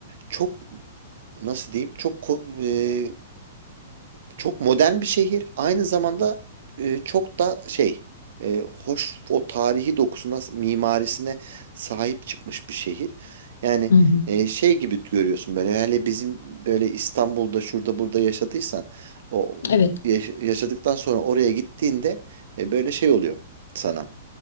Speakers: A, on the right; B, on the left.
A: çok nasıl diyeyim? Çok ko- ee, çok modern bir şehir. Aynı zamanda e, çok da şey e, hoş o tarihi dokusuna, mimarisine sahip çıkmış bir şehir. Yani
B: hı hı.
A: e, şey gibi görüyorsun böyle hele bizim böyle İstanbul'da şurada burada yaşadıysan o
B: Evet.
A: yaş- yaşadıktan sonra oraya gittiğinde e, böyle şey oluyor sana.